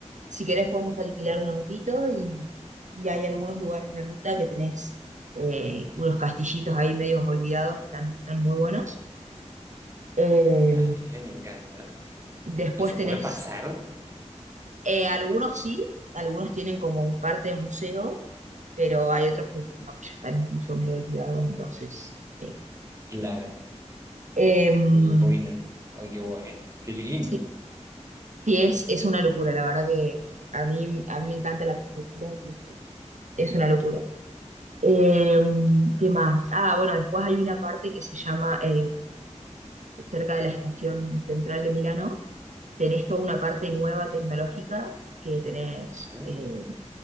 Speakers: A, on the right (about 80°); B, on the right (about 25°).
A: Si querés podemos alquilar un autito y, y hay algunos lugares de ruta que tenés eh, unos castillitos ahí medio olvidados que están, muy buenos. Eh,
B: Dale, eh, me encanta.
A: después
B: ¿Y se
A: tenés,
B: puede pasar?
A: eh, algunos sí, algunos tienen como parte de museo, pero hay otros que, no, que ya están incluso medio olvidados, entonces... eh,
B: Claro,
A: em,
B: a muy ruinas. Ay, qué bueno, qué lindo.
A: sí, sí, es, es una locura, la verdad que a mí, a mí me encanta la arquitectura y es una locura. Eh, ¿qué más? Ah, bueno, después hay una parte que se llama, eh, cerca de la estación central de Milano, tenés toda una parte nueva tecnológica que tenés,
B: ¿eh?
A: eh,